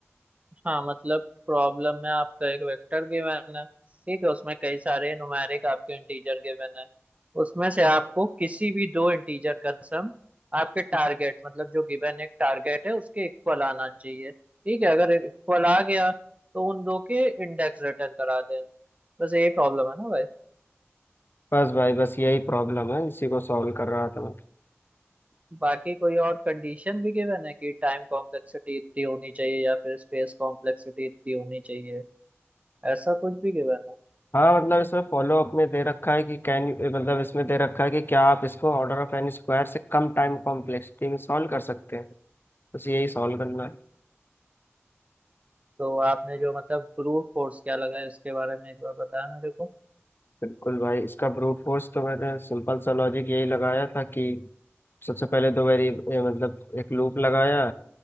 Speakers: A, on the right; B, on the left.
A: हाँ मतलब प्रॉब्लम में आपका एक वेक्टर गिवन है ठीक है उसमें कई सारे न्यूमेरिक आपके इंटीजर गिवन है उसमें से आपको किसी भी दो इंटीजर का सम आपके टारगेट मतलब जो गिवन एक टारगेट है उसके इक्वल आना चाहिए ठीक है अगर इक्वल आ गया तो उन दो के इंडेक्स रिटर्न करा देना बस यही प्रॉब्लम है ना भाई
B: बस भाई बस यही प्रॉब्लम है इसी को सॉल्व कर रहा था मैं।
A: बाकी कोई और कंडीशन भी गिवन है कि टाइम कॉम्प्लेक्सिटी इतनी होनी चाहिए या फिर स्पेस कॉम्प्लेक्सिटी इतनी होनी चाहिए ऐसा कुछ भी गिवन है
B: हाँ मतलब इसमें फॉलो अप में दे रखा है कि कैन मतलब इसमें दे रखा है कि क्या आप इसको ऑर्डर ऑफ एन स्क्वायर से कम टाइम कॉम्प्लेक्सिटी में सॉल्व कर सकते हैं बस यही सॉल्व करना है
A: तो आपने जो मतलब ब्रूट फोर्स क्या लगा है इसके बारे में एक बार बताया मेरे को
B: बिल्कुल भाई इसका ब्रूट फोर्स तो मैंने सिंपल सा लॉजिक यही लगाया था कि सबसे पहले तो वेरी मतलब एक लूप लगाया